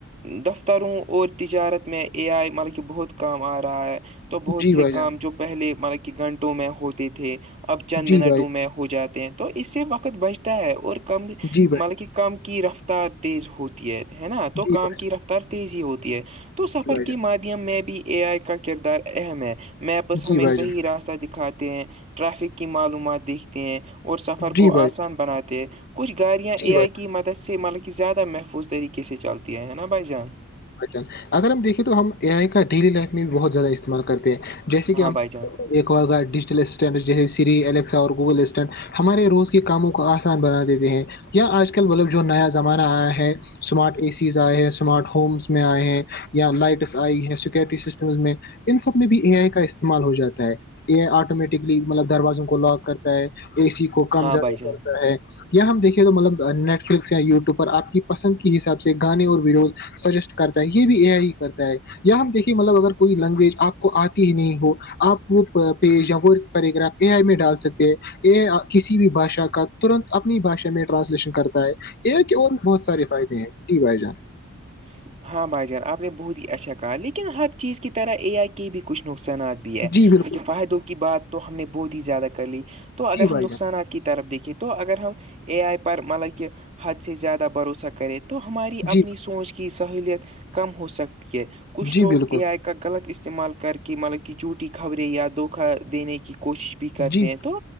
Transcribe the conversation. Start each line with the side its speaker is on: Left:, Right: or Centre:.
Right: دفتروں اور تجارت میں اے آئی مطلب کہ بہت کام آ رہا ہے تو بہت
Left: جی
Right: سے
Left: بھائی
Right: کام
Left: جان
Right: جو پہلے مطلب کہ گھنٹوں میں ہوتے تھے اب چند
Left: جی
Right: منٹوں
Left: بھائی
Right: میں ہو جاتے ہیں تو اس سے وقت بچتا ہے اور کم مطلب
Left: جی بھائی
Right: کہ کم کی رفتار تیز ہوتی ہے ہے نا تو
Left: جی
Right: کام
Left: بھائی
Right: کی رفتار تیز ہی ہوتی ہے تو سفر
Left: جی بھائی
Right: کے
Left: جان
Right: مادھیم میں بھی اے آئی کا کردار اہم ہے میپس
Left: جی
Right: ہمیں
Left: بھائی
Right: صحیح
Left: جان
Right: راستہ دکھاتے ہیں ٹرافک کی معلومات دیکھتے ہیں اور سفر
Left: جی
Right: کو
Left: بھائی
Right: آسان بناتے ہیں کچھ گاڑیاں اے
Left: جی بھائی
Right: آئی
Left: جان
Right: کی مدد سے مطلب کہ زیادہ محفوظ طریقے کیسے چلتی ہے ہے نا بائی جان
Left: جل اگر ہم دیکیں تو ہم اے آئی کا ڈیلی لائف میں بھی بہت زیادہ استعمال کرتے ہیں جیسے کہ
Right: ہاں
Left: ہم
Right: بھائی جان
Left: ایک وہ ڈیجیٹل اسسٹنٹ جیسے سری ایکسا اور گوگل اسٹنٹ ہمارے روز کے کاموں کو آسان بنا دیتے ہیں یا آج کل مطلب جو نیا زمانہ آیا ہے سمارٹ اے سیز آئے ہیں سمارٹ ہومس میں آئے ہیں یا لائٹس آئی ہیں سیکورٹی سسٹمز میں ان سب میں بھی اے آئی کا استعمال ہو جاتا ہے یہ آٹومیٹکلی مطلب دروازوں کو لاک کرتا ہے اے سی کم
Right: ہاں
Left: زیادہ
Right: بھائی جان
Left: کرتا ہے یا ہم دیکھے تو مطلب نیٹ فلکس یا یو وب پر آپ کی پسند کی حساب سے سے گانے اور ویڈیوز سجیسٹ کرتا ہے یہ بھی ا ہی کرتا ہے یا ہم دیکھیے مطلب اگر کوئی لینگویج آپ کو آتی ہی نہیں ہو آپ وہ کاپی یا وہ پیراگراف اے آئی میں ڈال سکتے ہیں یہ کسی بھی باشا کا ترنت اپنی بھشا میں ٹرانسلیشن کرتا ہے اے آئی کے اور بھی بہت سارے فائد ہیں جی بھائی جان
Right: <inaudible> ہاں بھائی جان آپ نے بہت ہی اچھا کہا لیکن ہر چیز کی طرح اے آئی کے بھی کچھ نقصانات ہے
Left: جی بالکل
Right: کیکہ فائدوں کی بات تو ہم نے بہت ہی زیادہ کر لی تو اگر
Left: جی بھائی
Right: ہم نقصانات
Left: جان
Right: کے طرف دیکھیے تو اگر ہم اے آئی پر مطلب کہ حد سے زیادہ بھروسہ کر کرے تو ہماری
Left: جی
Right: اپنی سوچ کی سہلیت کم ہو سکتی ہے کچھ
Left: جی
Right: لوگ
Left: بالکل
Right: اے آئی کے کا غلط استعمال کر کے مطلب کہ جھوٹی خبریں یا دھوکہ دینے کی کوشش بھی کرتے
Left: جی
Right: ہیں تو